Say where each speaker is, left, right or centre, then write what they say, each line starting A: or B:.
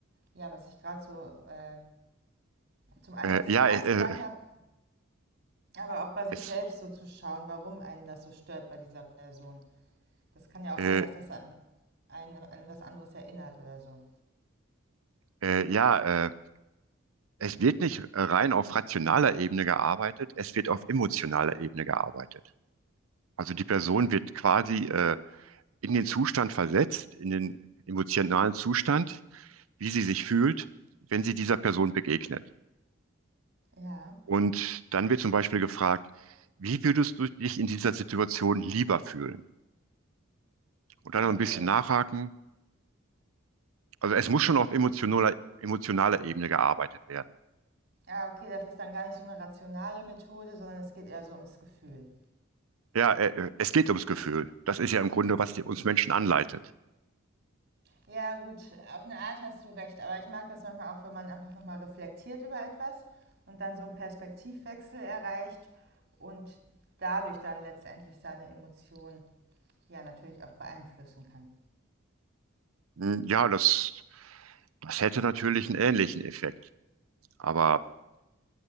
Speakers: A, on the right; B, on the right.
A: ja, was ich gerade so, äh, zum einen,
B: Äh,
A: was
B: ja,
A: ich gerade
B: äh,
A: gesagt
B: äh,
A: habe, aber auch bei sich
B: es,
A: selbst so zu schauen, warum einen das so stört bei dieser Person. Das kann ja
B: äh,
A: auch sein, dass das an, einen an was anderes erinnert oder so.
B: äh, ja, äh, es wird nicht rein auf rationaler Ebene gearbeitet, es wird auf emotionaler Ebene gearbeitet. Also die Person wird quasi äh, in den Zustand versetzt, in den emotionalen Zustand, wie sie sich fühlt, wenn sie dieser Person begegnet.
A: Ja,
B: Und dann wird zum Beispiel gefragt, wie würdest du dich in dieser Situation lieber fühlen? Und dann
A: okay.
B: noch ein bisschen nachhaken. Also es muss schon auf emotionaler, emotionaler Ebene gearbeitet werden.
A: Ja, okay, das ist dann gar nicht so eine rationale Methode, sondern es geht eher so ums Gefühl.
B: Ja, äh, äh, es geht ums Gefühl. Das ist ja im Grunde, was die, uns Menschen anleitet.
A: Ja, gut, auf eine Art hast du recht, aber ich mag das manchmal auch, wenn man einfach nochmal reflektiert über etwas und dann so einen Perspektivwechsel erreicht und dadurch dann letztendlich seine Emotionen ja natürlich auch beeinflussen kann.
B: Hm, Ja, das, das hätte natürlich einen ähnlichen Effekt. Aber